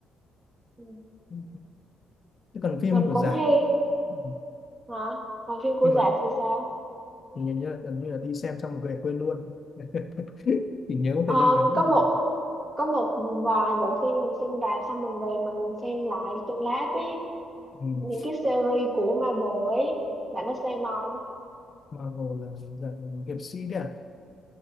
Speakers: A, on the right (about 30°); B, on the left (about 45°).
A: ừ,
B: ừ. chứ còn phim
A: mình
B: của
A: cũng
B: giải
A: hay
B: ừ.
A: hả còn phim của
B: phim
A: Đạt
B: mà
A: thì sao
B: thì nhìn như là, gần như là đi xem xong một về quên luôn <laughs> chỉ nhớ một
A: Ờ,
B: thời gian ngắn
A: có
B: thôi
A: một có một vài bộ phim mình xem rạp xong mình về mình xem lại trên lát ấy
B: ừ.
A: những cái series của Marvel ấy bạn có xem không
B: Marvel là dạng hiệp sĩ đấy à